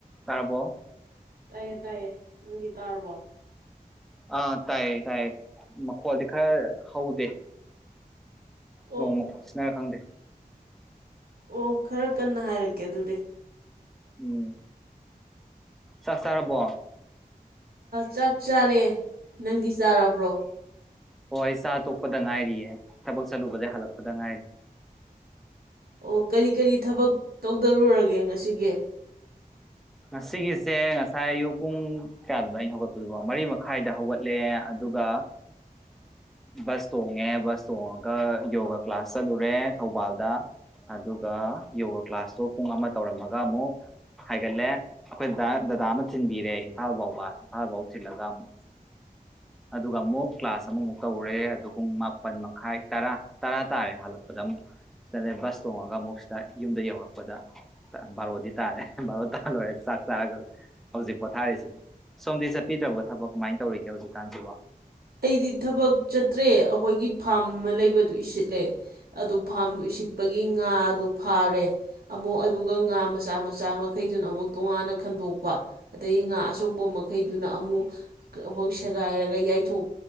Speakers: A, in the centre; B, on the right.
A: ꯇꯥꯔꯕꯣ
B: ꯇꯥꯏꯌꯦ ꯇꯥꯏꯌꯦ ꯅꯪꯒꯤ ꯇꯥꯔꯕꯣ
A: ꯑ ꯇꯥꯏ ꯗꯌꯦꯛ ꯃꯈꯣꯜꯗꯤ ꯈꯔ ꯍꯧꯗꯦ
B: ꯑꯣ
A: ꯅꯣꯡ ꯃꯈꯣꯜ ꯁꯤꯅꯔ ꯈꯪꯗꯦ
B: ꯑꯣ ꯈꯔ ꯀꯟꯅ ꯍꯥꯏꯔꯛꯀꯦ ꯑꯗꯨꯗꯤ
A: ꯎꯝ ꯆꯥꯛ ꯆꯔꯔꯕꯣ
B: ꯆꯥꯛ ꯆꯥꯔꯦ ꯅꯪꯗꯤ ꯆꯥꯔꯕ꯭ꯔꯣ
A: ꯍꯣꯏ ꯆꯥ ꯇꯣꯛꯄꯗ ꯉꯥꯏꯔꯤꯌꯦ ꯊꯕꯛ ꯆꯠꯂꯨꯕꯗꯒꯤꯩ ꯍꯜꯂꯛꯄꯗ ꯉꯥꯏꯔꯤ
B: ꯑꯣ ꯀꯔꯤ ꯀꯔꯤ ꯊꯕꯛ ꯇꯧꯗꯔꯨꯔꯒꯦ ꯉꯁꯤꯒꯤ
A: ꯉꯁꯤꯒꯤꯁꯦ ꯉꯁꯥꯏ ꯑꯌꯨꯛ ꯄꯨꯡ ꯀꯌꯥꯗꯨꯅ ꯑꯩꯅ ꯍꯧꯒꯠꯄꯗꯨꯕ ꯃꯔꯤ ꯃꯈꯥꯏꯗ ꯍꯧꯒꯠꯂꯦ ꯑꯗꯨꯒ ꯕꯁ ꯇꯣꯡꯉꯦ ꯕꯁ ꯇꯣꯡꯉꯒ ꯌꯣꯒꯥ ꯀ꯭ꯂꯥꯁ ꯆꯠꯂꯨꯔꯦ ꯊꯧꯕꯥꯜꯗ ꯑꯗꯨꯒ ꯌꯣꯒꯥ ꯀ꯭ꯂꯥꯁꯇꯣ ꯄꯨꯡ ꯑꯃ ꯇꯧꯔꯝꯃꯒ ꯑꯃꯨꯛ ꯍꯥꯏꯒꯠꯂꯦ ꯑꯩꯈꯣꯏ ꯗꯗꯥ ꯗꯗꯥ ꯑꯃ ꯊꯤꯟꯕꯤꯔꯦ ꯏꯝꯐꯥꯜ ꯐꯥꯎꯕ ꯏꯝꯐꯥꯜ ꯐꯥꯎ ꯊꯤꯜꯂꯒ ꯑꯃꯨꯛ ꯑꯗꯨꯒ ꯑꯃꯨꯛ ꯀ꯭ꯂꯥꯁ ꯑꯃꯃꯨꯛ ꯇꯧꯔꯦ ꯑꯗꯨꯒ ꯄꯨꯡ ꯃꯥꯄꯜ ꯃꯈꯥꯏ ꯇꯔꯥ ꯇꯔꯥ ꯇꯥꯔꯦ ꯍꯜꯂꯛꯄꯗ ꯑꯃꯨꯛ ꯁꯤꯗꯗ ꯕꯁ ꯇꯣꯡꯉꯒ ꯑꯃꯨꯛ ꯁꯤꯗ ꯌꯨꯝꯗ ꯌꯧꯔꯛꯄꯗ ꯕꯥꯔꯣꯗꯤ ꯇꯥꯔꯦ ꯕꯥꯔꯣ ꯇꯥ ꯂꯣꯏꯔꯦ ꯆꯥꯛ ꯆꯥꯔꯒ ꯍꯧꯖꯤꯛ ꯄꯣꯊꯥꯔꯤꯁꯤꯗꯤ ꯁꯣꯝꯗꯤ ꯆꯠꯄꯤꯗ꯭ꯔꯕ ꯊꯕꯛ ꯀꯃꯥꯏꯅ ꯇꯧꯔꯤꯒꯦ ꯍꯧꯖꯤꯛꯀꯥꯟꯁꯤꯕꯣ
B: ꯑꯩꯗꯤ ꯊꯕꯛ ꯆꯠꯇ꯭ꯔꯦ ꯑꯩꯈꯣꯏꯒꯤ ꯐꯥꯔꯝ ꯑꯃ ꯂꯩꯕꯗꯨ ꯏꯁꯤꯠꯂꯦ ꯑꯗꯨ ꯐꯥꯔꯝꯗꯨ ꯏꯁꯤꯠꯄꯒꯤ ꯉꯥ ꯑꯗꯨ ꯐꯥꯔꯦ ꯑꯃꯨꯛ ꯑꯗꯨꯒ ꯉꯥ ꯃꯆꯥ ꯃꯆꯥ ꯃꯈꯩꯗꯨꯅ ꯑꯃꯨꯛ ꯇꯣꯉꯥꯟꯅ ꯈꯟꯗꯣꯛꯄ ꯑꯗꯗꯒꯤ ꯉꯥ ꯑꯆꯧꯕ ꯃꯈꯩꯗꯨꯅ ꯑꯃꯨꯛ ꯑꯃꯨꯛ ꯁꯦꯒꯥꯏꯔꯒ ꯌꯥꯏꯊꯣꯛ